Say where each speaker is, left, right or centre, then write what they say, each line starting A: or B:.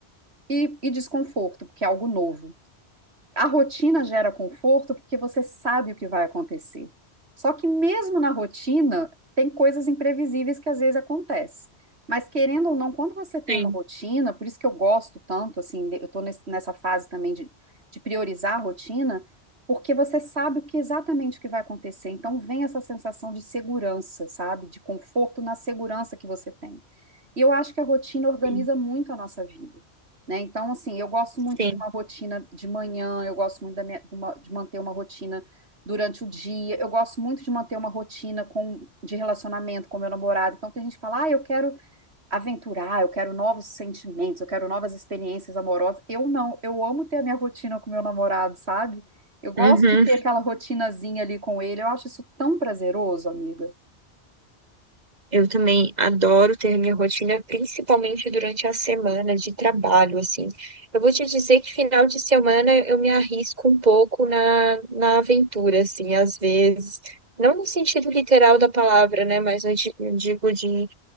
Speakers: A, on the right; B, on the right.
A: e, e desconforto, porque é algo novo. A rotina gera conforto porque você sabe o que vai acontecer. Só que mesmo na rotina, tem coisas imprevisíveis que às vezes acontecem. Mas querendo ou não, quando você tem
B: Sim,
A: uma rotina, por isso que eu gosto tanto, assim, de- eu estou nessa fase também de, de priorizar a rotina, porque você sabe o que exatamente o que vai acontecer. Então vem essa sensação de segurança, sabe? De conforto na segurança que você tem. E eu acho que a rotina organiza
B: sim,
A: muito a nossa vida, né? Então, assim, eu gosto muito
B: sim.
A: de uma rotina de manhã, eu gosto muito da minha- de, uma- de manter uma rotina durante o dia, eu gosto muito de manter uma rotina com, de relacionamento com meu namorado. Então, tem gente que fala, ah, eu quero aventurar, eu quero novos sentimentos, eu quero novas experiências amorosas. Eu não, eu amo ter a minha rotina com meu namorado, sabe? Eu gosto
B: Uhum.
A: de ter aquela rotinazinha ali com ele, eu acho isso tão prazeroso, amiga.
B: Eu também adoro ter minha rotina, principalmente durante a semana de trabalho, assim. Eu vou te dizer que final de semana eu me arrisco um pouco na, na aventura, assim, às vezes. Não no sentido literal da palavra, né? Mas eu di- eu digo de